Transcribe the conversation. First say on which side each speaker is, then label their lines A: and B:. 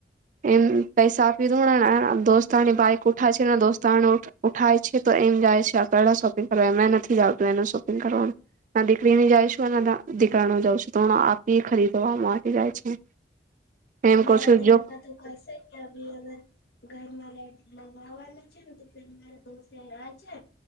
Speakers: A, on the right; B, on the left.
A: એમ પૈસા આપી દો દોસ્તની બાઈક ઉઠાય છે અનેને દોસ્તને ઉઠાય છે તો એમ જાય છે આ પેલા શોપિંગ કરવા એ નથી જાવતું એનું શોપિંગ કરવાનું દીકરીની જાયશું દીકરાનો જાઉ છું હમા આપી ખરીદવાવામાં આવી જાય છે એમ
B: અમરા
A: કહ છું
B: દડકા
A: જો
B: તો કરસે કે અભી અગર ઘરમાં લાઈટ લગાવવાનું છે તો મારા દોસ્ત તૈયાર છે